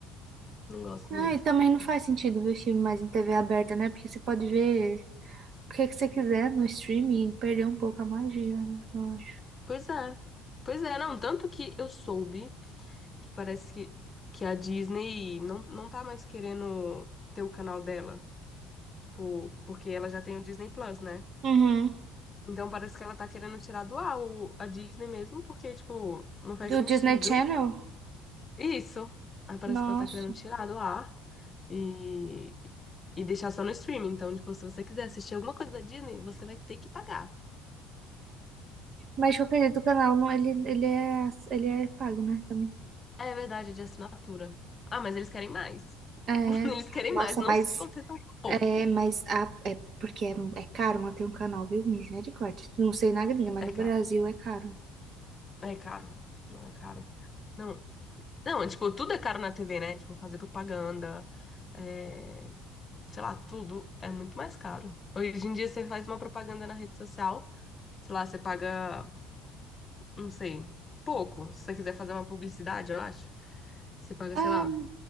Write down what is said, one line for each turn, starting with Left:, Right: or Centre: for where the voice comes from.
Left: não gosto
Right: Ah,
Left: muito.
Right: e também não faz sentido ver filme mais em TV aberta, né? Porque você pode ver o que que você quiser no streaming e perder um pouco a magia, né? Eu acho.
Left: Pois é. Pois é, não, tanto que eu soube que parece que, que a Disney não, não tá mais querendo ter o canal dela. Tipo, porque ela já tem o Disney Plus, né?
Right: Uhum.
Left: Então parece que ela tá querendo tirar do ar o- a Disney mesmo, porque, tipo, não faz
Right: Do
Left: sentido.
Right: Disney Channel?
Left: Isso. Aí parece
Right: Nossa.
Left: que ela tá querendo tirar do ar e, e deixar só no streaming. Então, tipo, se você quiser assistir alguma coisa da Disney, você vai ter que pagar.
Right: Mas de qualquer jeito, o canal não, ele, ele é, ele é pago, né? Também.
Left: É verdade, é de assinatura. Ah, mas eles querem mais.
Right: É,
Left: <laughs>
Right: é.
Left: Eles querem
Right: Nossa,
Left: mais, não
Right: mas
Left: se contenta com pouco.
Right: é, mas a, é porque é, é caro manter um canal, viu? Misericórdia. Não sei na gringa, mas no
Left: É
Right: Brasil
Left: caro.
Right: é caro.
Left: É caro. Não é caro. Não, não, tipo, tudo é caro na TV, né? Tipo, fazer propaganda, é, sei lá, tudo é muito mais caro. Hoje em dia você faz uma propaganda na rede social, sei lá, você paga, não sei, pouco. Se você quiser fazer uma publicidade, eu acho, você paga,
Right: É,
Left: sei lá.